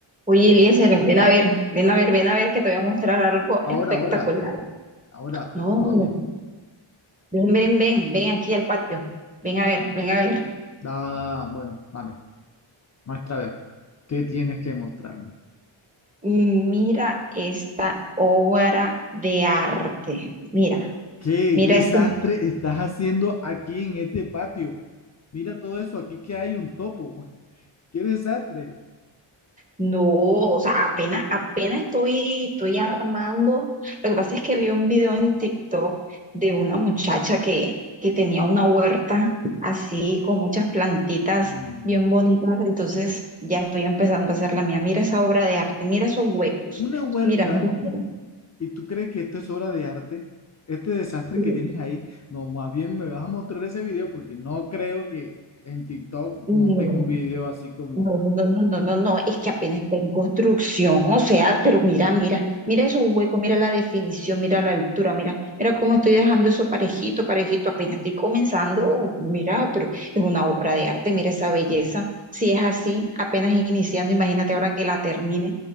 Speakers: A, on the right (about 15°); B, on the left (about 35°).
A: Oye, Eliezer, ven a ver, ven a ver, ven a ver que te voy a mostrar algo
B: Ahora,
A: espectacular.
B: ahora, ahora,
A: No,
B: pe- ¿a dónde?
A: ven, ven, ven, ven aquí al patio. Ven a ver, ven a ver.
B: Da, bueno, vale, muestra a ver, ¿qué tienes que mostrarme?
A: Mira esta obra de arte. Mira,
B: ¿Qué
A: mira
B: desastre
A: eso.
B: estás haciendo aquí en este patio? Mira todo eso, aquí que hay un topo. <laughs> ¡Qué desastre!
A: No, o sea, apenas, apenas estoy, estoy armando. Lo que pasa es que vi un video en TikTok de una muchacha que, que tenía una huerta así con muchas plantitas
B: Mm,
A: bien bonitas. Entonces ya estoy empezando a hacer la mía. Mira esa obra de arte, mira esos huecos.
B: Una huerta,
A: Mira, mira,
B: ¿y tú crees que esto es obra de arte? Este desastre
A: mira.
B: que tienes ahí, no, más bien me vas a mostrar ese video porque no creo que en TikTok
A: No,
B: monten un video así como,
A: No, no, no, no, no, no, no, es que apenas está en construcción, o sea, pero mira, mira, mira esos huecos, mira la definición, mira la altura, mira, mira cómo estoy dejando eso parejito, parejito, apenas estoy comenzando, mira, pero es una obra de arte, mira esa belleza, si es así, apenas iniciando, imagínate ahora que la termine.